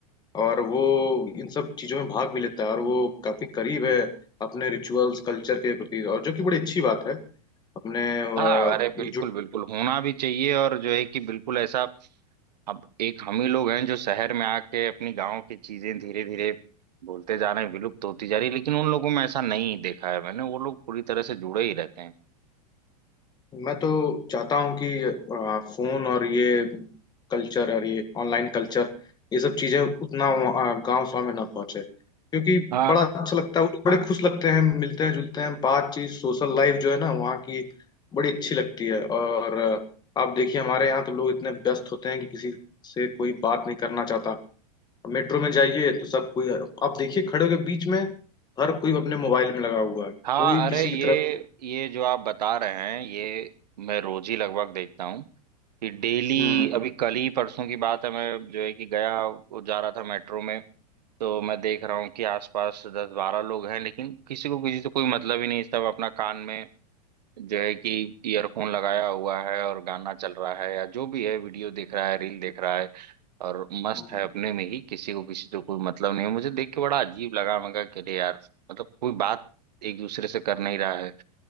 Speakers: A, on the left; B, on the right.
A: और वो इन सब चीजों में भाग भी लेता है और वो काफी करीब है अपने रिचुअल्स कल्चर के प्रति और जो कि बड़ी अच्छी बात है अपने अ,
B: हाँ अरे बिल्कुल
A: जुड़
B: बिल्कुल होना भी चाहिए और जो है कि बिल्कुल ऐसा अब एक हम ही लोग हैं जो शहर में आके अपनी गांव की चीजें धीरे धीरे बोलते जा रहे हैं विलुप्त होती जा रही है लेकिन उन लोगों में ऐसा नहीं देखा है मैंने वो लोग पूरी तरह से जुड़े ही रहते हैं
A: मैं तो चाहता हूँ कि अ, फोन और ये कल्चर और ये ऑनलाइन कल्चर ये सब चीजें उतना वहाँ- गांव गाँव में ना पहुंचे क्योंकि
B: हाँ
A: बड़ा अच्छा लगता है वो बड़े खुश लगते हैं मिलते हैं जुलते हैं बातचीत सोशल लाइफ जो है ना वहाँ की बड़ी अच्छी लगती है और अ, आप देखिए हमारे यहाँ तो लोग इतने व्यस्त होते हैं कि किसी से कोई बात नहीं करना चाहता मेट्रो में जाइए तो सब कोई आप देखिए खड़े होकर बीच में हर कोई अपने मोबाइल में लगा हुआ है
B: हाँ
A: कोई
B: अरे
A: किसी
B: ये
A: की तरफ
B: ये जो आप बता रहे हैं ये मैं रोज ही लगभग देखता हूँ कि डेली
A: हम्म
B: अभी कल ही परसों की बात है मैं जो है कि गया वो जा रहा था मेट्रो में तो मैं देख रहा हूँ कि आसपास दस बारह लोग हैं लेकिन किसी को किसी से कोई मतलब ही नहीं सब अपना कान में जो है कि ईयरफोन लगाया हुआ है और गाना चल रहा है या जो भी है वीडियो देख रहा है रील देख रहा है और मस्त
A: हम्म
B: है अपने में ही किसी को किसी से कोई मतलब नहीं है। मुझे देख के बड़ा अजीब लगा मैं कहा कि अरे यार मतलब कोई बात एक दूसरे से कर नहीं रहा है